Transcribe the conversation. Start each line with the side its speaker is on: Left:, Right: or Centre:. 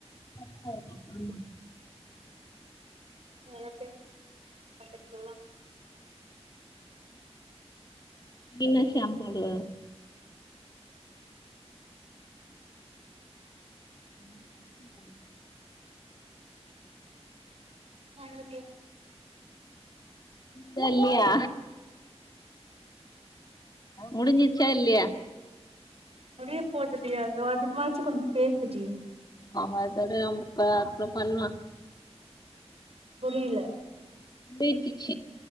Left: ஆமா
Right: <unintelligible>
Left: நீ என்ன ஷாம்பு போடுவ ம் கம்பனி காரு <unintelligible>
Right: வாங்கிக்கிறே
Left: தா இல்லியா முடிஞ்சுச்சா இல்லையா
Right: முடிய போதுடி அது வாட்டுக் மறச்சு கொஞ்சு பேசுடி
Left: ஆமா அதாவது அவுங்க ப அப்றோ பண்லா
Right: புரியில
Left: <unintelligible>